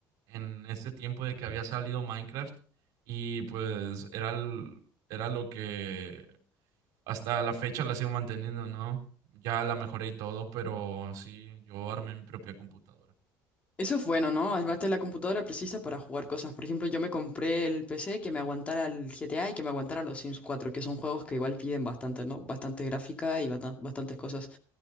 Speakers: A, on the right; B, on the left.
A: en este tiempo de que había salido Minecraft y pues era, el- era lo que hasta la fecha la sigo manteniendo, ¿no? Ya la mejoré y todo, pero sí, yo armé mi propia computadora.
B: Eso es bueno,
A: Gracias.
B: ¿no? Además, la computadora precisa para jugar cosas. Por ejemplo, yo me compré el PC que me aguantara el GTA y que me aguantara los Sims 4, que son juegos que igual piden bastante, ¿no? Bastante gráfica y bata- bastantes cosas.